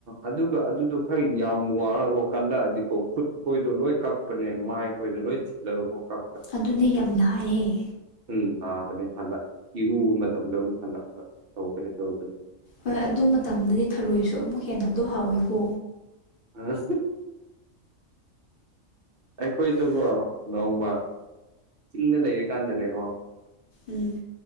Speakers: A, on the right (about 55°); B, on the left (about 45°).
A: ꯑꯗꯨꯒ ꯑꯗꯨꯗꯣ ꯈꯔ ꯌꯥꯝ ꯋꯥꯡꯉꯒ ꯀꯜꯂꯛꯑꯗꯤ ꯑꯣ ꯈꯨꯠ ꯈꯣꯏꯗꯣ ꯂꯣꯏ ꯀꯛꯄꯅꯦ ꯃꯥꯏꯈꯣꯏꯗ ꯂꯣꯏ ꯆꯤꯜꯂꯒ ꯀꯛꯄꯅꯦ
B: ꯑꯗꯨꯅ ꯌꯥꯝꯅ ꯍꯥꯏꯌꯦ
A: ꯎꯝ ꯅꯥꯕꯅꯦ ꯍꯜꯂꯛ ꯏꯔꯨꯕ ꯃꯇꯝꯗ ꯑꯃꯨꯛ ꯍꯜꯂꯛꯑꯒ ꯇꯧꯒꯅꯤ ꯇꯧꯒꯅꯤ
B: ꯍꯣꯏ ꯑꯗꯨ ꯃꯇꯝꯗꯗꯤ ꯊꯔꯣꯏꯁꯨ ꯑꯃꯨꯛ ꯍꯦꯟꯅ ꯑꯗꯨ ꯍꯥꯎꯋꯦꯀꯣ
A: ꯑ ꯑꯩꯈꯣꯏꯗꯨꯀꯣ
B: ꯎꯝ ꯎꯝ ꯎꯝ ꯎꯝ ꯎꯝ ꯎꯝ ꯎꯝ
A: ꯅꯣꯡꯃ ꯆꯤꯡꯗ ꯂꯩꯔꯤꯀꯥꯟꯗꯅꯦꯀꯣ
B: ꯎꯝ